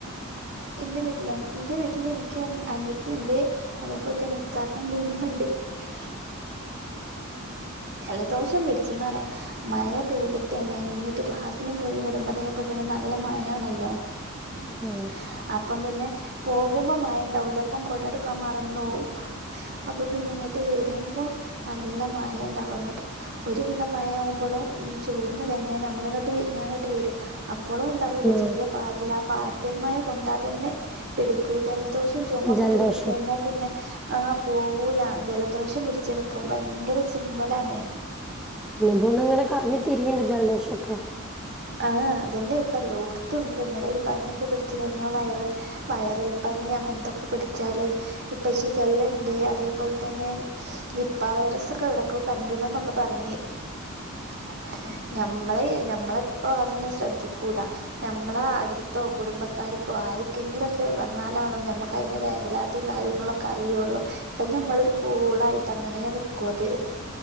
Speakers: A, on the right; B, in the centre.
A: ഇന്റെ വീട്ട്ലോ ഇന്റെ വീട്ട്ൽ ഇൻക്കി അനിയത്തിണ്ട്. അതേപോലെ തന്നെ ഇക്കാക്കെണ്ട് ഇമ്മണ്ട് ഇപ്പണ്ട് ജലദോഷം പിടിച്ച്ണറിയ മയ പെയ്തിട്ടേ നെനഞ്ഞിട്ട് ക്ലാസ്സിന് പോയി വരുമ്പോ ഇതേപോലെതെന്നെ നല്ല മഴാണല്ലോ <inaudible>
B: ആ
A: അപ്പം പിന്നെ പോകുമ്പോ മഴണ്ടാവൂലപ്പം കൊടെടുക്കാൻ മറന്നോവും. അപ്പൊ പിന്നെങ്ങട്ട് വരുമ്പോ നല്ല മഴണ്ടാവ അങ്ങട്ട് ഒരുവിധം മഴ ആവുമ്പോളും ചോർന്ന് കഴിഞ്ഞാ ഞമ്മള്ങ്ങട്ട് ഞാങ്ങട്ട് വെരും അ പ്പളും ഇണ്ടാവല്ലോ ചെറിയ
B: ആ
A: പാറ്റിൽ ആ പാറ്റൽ മഴ കൊണ്ടാത്തന്നെ പിടിക്കൂ ഈ ജൽ ദോഷും ചൊമൊക്കെ
B: ജലദോഷം
A: പിടിച്ച് കഴിഞ്ഞാപിന്നെ ആഹ് പോവൂല ജലദോഷം പിടിച്ച്ണ്പ്പം ഭയങ്കര ചിമ്മലാണ്.
B: പിന്നെപ്പോന്ന്ങ്ങനെ കറങ്ങി തിരിയിണ്ട് ജലദോഷൊക്കെ.
A: ആഹ് അതന്നെ ഇപ്പെല്ലോട്ത്തുണ്ട് ഇങ്ങനെ ഈ പനിയൊക്കെ പിടിച്ച് കഴിഞ്ഞാ വെെറൽ വെെറൽപ്പനി അങ്ങൻത്തൊക്കെ പിടിച്ചാലേ ഇപ്പൊ ശിഖല്ലണ്ട് അതേപോൽതന്നെ നിപ്പാ വൈറസ് ഒക്കെ എവിടക്കോ കണ്ട്ണ്ന്നൊക്കെ പറഞ്ഞ്. ഏഹ് ഞമ്മളേ ഞമ്മളിപ്പ അതൊന്നും ശ്രദ്ധിക്കൂല. ഞമ്മള അടുത്തോ കുടുംബക്കാര്ക്കോ ആര്ക്കെങ്കിലൊക്കെ വന്നാലാണ് ഞമ്മക്കയിൻ്റെ വേവലാ തിയും കാര്യങ്ങളൊക്കെ അറിയോള്ളൂ. ഇപ്പ ഞമ്മളൊരു കൂളായിട്ട് അങ്ങനേ നിക്കു അത്.